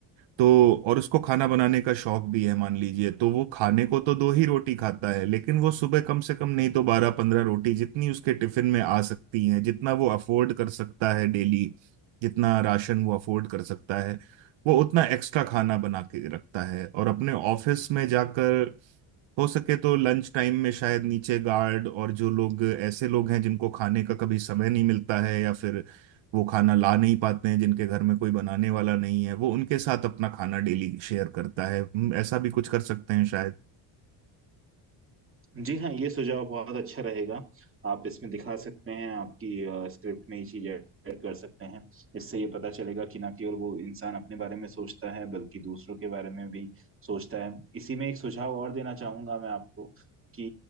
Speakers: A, on the right; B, on the right.
A: तो और उसको खाना बनाने का शौक भी है मान लीजिए तो वो खाने को तो दो ही रोटी खाता है लेकिन वो सुबह कम से कम नहीं तो बारह पंद्रह रोटी जितनी उसके टिफिन में आ सकती हैं जितना वो अफोर्ड कर सकता है डेली जितना राशन वो अफोर्ड कर सकता है वो उतना एक्स्ट्रा खाना बना के रखता है और अपने ऑफिस में जाकर हो सके तो लंच टाइम में शायद नीचे गार्ड और जो लोग ऐसे लोग हैं जिनको खाने का कभी समय नहीं मिलता है या फिर वो खाना ला नहीं पाते हैं जिनके घर में कोई बनाने वाला नहीं है वो उनके साथ अपना खाना डेली शेयर करता है हम्म, ऐसा भी कुछ कर सकते हैं शायद
B: जी हाँ ये सुझाव बहुत अच्छा रहेगा आप इसमें दिखा सकते हैं आपकी स्क्रिप्ट में ये चीज ऐड कर सकते हैं इससे ये पता चलेगा कि ना केवल वो इंसान अपने बारे में सोचता है बल्कि दूसरों के बारे में भी सोचता है इसी में एक सुझाव और देना चाहूंगा मैं आपको कि